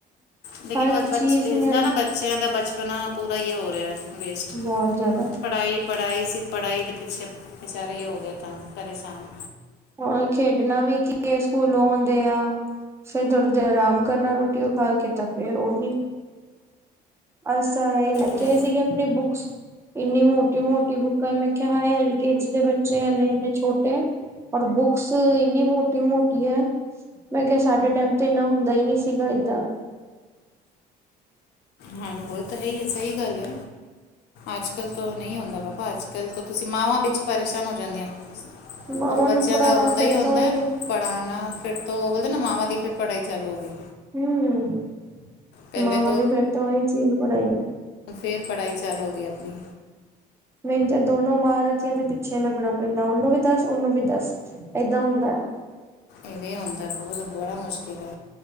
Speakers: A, on the left; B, on the right.
A: ਲੇਕਿਨ
B: ਹਰ
A: ਉਹ ਬਚ
B: ਚੀਜ਼ ਨੇ,
A: ਇਸਦਾ ਨਾ ਬੱਚਿਆਂ ਦਾ ਬਚਪਨਾ ਪੂਰਾ ਹੀ ਹੋ ਰਿਹਾ ਵੇਸਟ,
B: ਬਹੁਤ ਜ਼ਿਆਦਾ,
A: ਪੜ੍ਹਾਈ-ਪੜ੍ਹਾਈ ਸੀ, ਪੜ੍ਹਾਈ ਦੇ ਪਿੱਛੇ ਵਿਚਾਰੇ ਹੋ ਗਏ ਤਾਂ ਪ੍ਰੇਸ਼ਾਨ,
B: ਹੁਣ ਖੇਡਣਾ ਵੀ ਕੀ ਆ, ਸਕੂਲੋਂ ਆਉਂਦੇ ਆ, ਫੇਿਰ ਥੋੜ੍ਹੀ ਦੇਰ ਆਰਾਮ ਕਰਨਾ ਰੋਟੀ ਉਹ ਖਾ ਕੇ ਤਾਂ ਫਿਰ ਉਹੀ, ਅੱਛਾ, ਇਹ ਲੈ
A: ਉਹੀ
B: ਕੇ ਆਏ ਸੀਗੇ ਆਪਣੀ ਬੁੱਕਸ? ਇੰਨੀ ਮੋਟੀ -ਮੋਟੀ ਬੁੱਕਾਂ ਮੈਂ ਕਿਆ ਹਾਏ ਐਲ ਕੇ ਜੀ ਦੇ ਬੱਚੇ ਐ ਇੰਨੇ- ਇੰਨੇ ਛੋਟੇ, ਪਰ ਬੁੱਕਸ ਏਨੀ ਮੋਟੀ-ਮੋਟੀ ਐ, ਮੈਂ ਕਯਾ ਸਾਡੇ ਟਾਈਮ ਤੇ ਇੰਨਾ ਹੁੰਦਾ ਈ ਨੀ ਸੀਗਾ ਏਦਾ,
A: ਹਾਂ, ਓ ਤੇ ਹੈਈ ਏ, ਸਈ ਗਾੱਲ ਏ, ਅੱਜ-ਕੱਲ ਤੋ ਨਈ ਹੁੰਦਾ ਬਾਬਾ, ਅੱਜ-ਕੱਲ ਤੋ ਤੁਸੀ ਮਾਵਾਂ ਵਿੱਚ ਪਰੇਸ਼ਾਨ ਹੋ ਜਾਂਦੀਐਂ।
B: ਮਾਵਾਂ
A: ਓ ਤੇ ਬੱਚੀਆ
B: ਨੂੰ ਪੜ੍ਹਾਉਣਾ
A: ਦਾ ਹੋਂਦਾ
B: ਫਿਰ
A: ਈ ਹੋਂਦੈ,
B: ਤੋਂ ਹੀ
A: ਪੜਾਨਾ ਫਿਰ ਤੋਂ ਓ ਬੋਲਦੇ ਨਾ, ਮਾਵਾਂ ਦੀ ਫਿਰ ਪੜਾਈ ਚਾਲੂ ਹੋ ਗਈ।
B: ਹੂੰ
A: ਪਹਿਲੇ
B: ਮਾਂਵਾ ਦੀ ਫੇਰ ਤੋ ਓਈ ਚ ਪੜਾਈ ਐ।
A: ਫੇਰ ਪੜਾਈ ਚਾਲੂ ਹੋਗੀ ਆ ਆਪਨੀ।
B: ਮੇਰੀ ਤੇ ਦੋਨੋ ਮਾਰਥੀਆਂ ਦੇ ਪਿੱਛੇ ਲੱਗਣਾ ਪੈਂਦਾ, ਓਨੂੰ ਵੀ ਦਾੱਸ ਓਨੂੰ ਵੀ ਦਾੱਸ, ਏਦਾ ਹੁੰਦਾ,
A: ਇਵੇਂ ਹੁੰਦੈ ਬੋਤ ਬੜਾ ਮੁਸ਼ਕਿਲ ਏ,